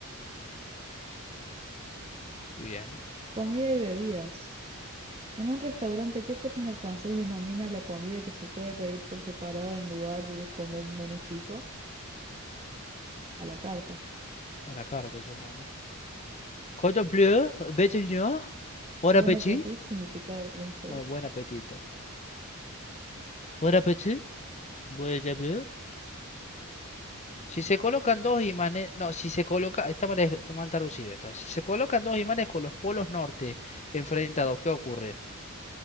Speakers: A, on the left; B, on the right.
A: Muy bien.
B: Comida y bebidas. En un restaurante, ¿qué término francés denomina la comida que se puede pedir por separado en lugar de como un menú fijo? A la carta.
A: A la carta, supongo. Contemplé, bête, Bon
B: Bon
A: appétit.
B: appetit significa buen provecho.
A: Ah, buen apetito. Buen apetito. Buen apetito. Si se colocan dos imanes, no, si se coloca, está mal, está mal traducido esto. Si se colocan dos imanes con los polos norte enfrentados, ¿qué ocurre?